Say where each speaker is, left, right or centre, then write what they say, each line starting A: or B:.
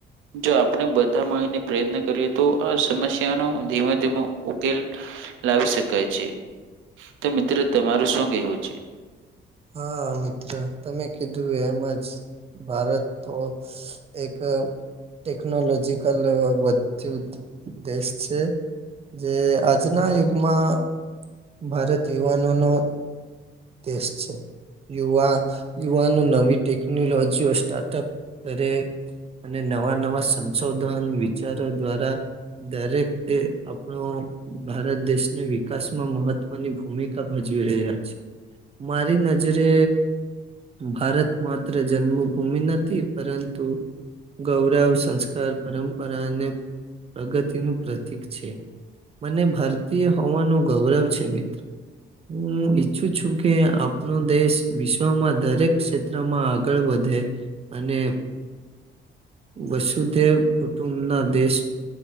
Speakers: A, on the right (about 80°); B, on the right (about 30°).
A: જો આપણે બધા મળીને પ્રયત્ન કરીએ તો આ સમસ્યાનો ધીમે ધીમો ઉકેલ લાવી શકાય છે. તો મિત્રો તમારું શું કહેવું છે?
B: હા મિત્ર તમે કીધું એમજ. ભારત તો એક ટેકનોલોજીકલ એ વધ્યું દેશ છે. જે આજના યુગમાં ભારત યુવાનોનો દેશ છે. યુવા યુવાનો નવી ટેકનોલોજીઓ સ્ટાર્ટઅપ કરે. અને નવા નવા સંશોધન વિચારો દ્વારા દરેક તે આપણો ભારત દેશને વિકાસમાં મહત્વની ભૂમિકા ભજવી રહ્યા છે. મારી નજરે ભારત માત્ર જન્મભૂમિ નથી પરંતુ ગૌરવ સંસ્કાર પરંપરા અને પ્રગતિનું પ્રતીક છે. મને ભારતીય હોવાનું ગૌરવ છે મિત્ર, હું ઈચ્છું છું. કે આપણો દેશ વિશ્વમાં દરેક ક્ષેત્રમાં આગળ વધે. અને વસુધેવ કુટુંબના દેશ